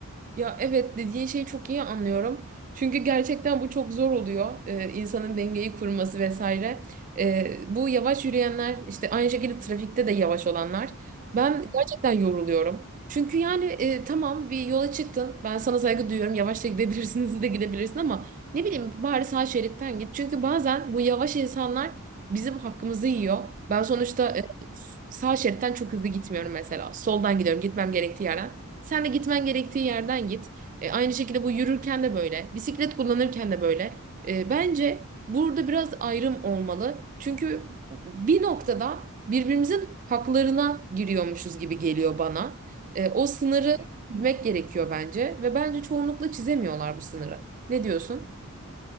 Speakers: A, on the right; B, on the left.
A: Ya evet dediğin şeyi çok iyi anlıyorum. Çünkü gerçekten bu çok zor oluyor. Ee, insanın dengeyi kurması vesaire. Ee, bu yavaş yürüyenler işte aynı şekilde trafikte de yavaş olanlar. Ben
B: Hı hı.
A: gerçekten yoruluyorum. Çünkü yani e, tamam bir yola çıktın. Ben sana saygı duyuyorum. Yavaş da gidebilirsin, hızlı da gidebilirsin ama ne bileyim bari sağ şeritten git. Çünkü bazen bu yavaş insanlar bizim hakkımızı yiyor. Ben sonuçta
B: Hı hı,
A: e, sağ şeritten çok hızlı gitmiyorum mesela. Soldan gidiyorum gitmem gerektiği yerden. Sen de gitmen gerektiği yerden git. E, aynı şekilde bu yürürken de böyle, bisiklet kullanırken de böyle. E, bence burada biraz ayrım olmalı. Çünkü bir noktada birbirimizin haklarına giriyormuşuz gibi geliyor bana. E, o sınırı
B: hı hı.
A: çizmek gerekiyor bence ve bence çoğunlukla çizemiyorlar bu sınırı. Ne diyorsun?